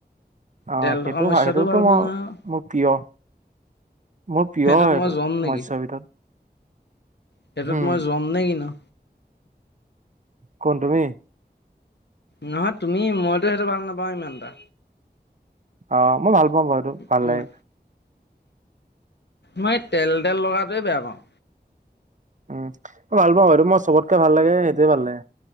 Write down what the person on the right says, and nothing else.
অ
সেইটো
ভাল সেইটোতো মোৰ
মোৰ প্ৰিয়। মোৰ প্ৰিয়
হয়
এইটো
মৎসৰ ভিতৰত।
হম
কোন তুমি?
অ মই ভাল পাম বাৰুটো
ভাল লাগে।
উ ভাল পাওঁ সেটো মই চবতকে ভাল লাগে সেইটোয়ে ভাল লাগে